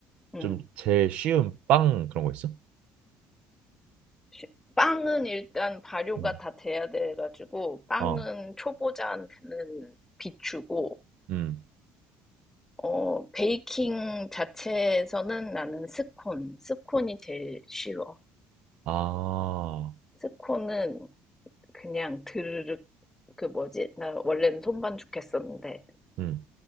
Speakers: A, on the left (about 15°); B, on the right (about 70°).
A: 음.
B: 좀 제일 쉬운 빵 그런 거 있어?
A: 시- 빵은 일단 발효가
B: 음,
A: 다 돼야 돼가지고, 빵은
B: 어,
A: 초보자한테는 비추고,
B: 음,
A: 어, 베이킹 자체에서는 나는 스콘, 스콘이 제일 쉬워.
B: 아,
A: 스콘은 그냥 드르륵, 그 뭐지? 나 원래는 손반죽 했었는데,
B: 음,